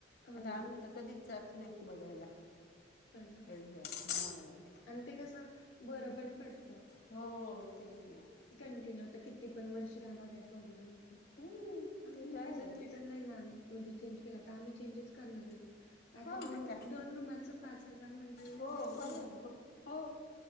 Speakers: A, on the left; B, on the left.
A: हो
B: आता
A: ना
B: आम्ही तर. कधीच जात नाही बघायला.
A: <unintelligible>
B: <unintelligible>
A: आणि ते कस बर पण पडत.
B: हो तेच ना
A: कंटिन्यू आता किती पण वर्ष राहावा काय प्रॉब्लेम नाय.
B: हम्म
A: आणि
B: ते
A: हिनी
B: तर आहेच
A: जर मीटर नाही ना म्हणजे चेंज केला, तर आम्ही चेंजच करणार आहे रूम. आता
B: हां
A: दोन
B: मग काय
A: दोन रुमांचं पाच हजार म्हणजे
B: हो
A: भरपूर
B: बरं
A: होतय.
B: खूप हो